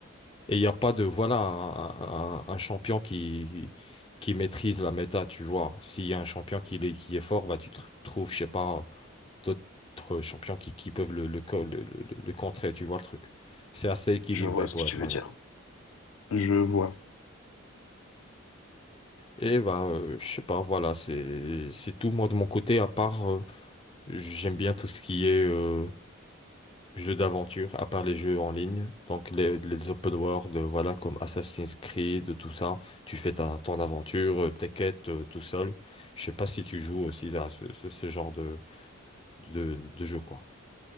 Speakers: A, on the left (about 25°); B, on the left (about 80°).
A: Et il n'y a pas de, voilà, un, un- un champion qui, qui maîtrise la méta, tu vois. S'il y a un champion qui, l'est- qui est fort, bah, tu tr- trouves, je sais pas, d'autres champions qui, qui peuvent le, le, co- le, le- le contrer, tu vois le truc. C'est assez équilibré,
B: Je vois ce
A: pour
B: que tu
A: être
B: veux
A: honnête.
B: dire. Je vois.
A: Et bah, euh, je sais pas, voilà, c'est, c'est tout, moi, de mon côté, à part, euh, j'aime bien tout ce qui est, euh, jeux d'aventure, à part les jeux en ligne, donc les, les open world, euh, voilà, comme Assassin's Creed, tout ça, tu fais ta, ton aventure, euh, tes quêtes, euh, tout seul. Je sais pas si tu joues aussi à ce, ce- ce genre de, de, de jeu, quoi.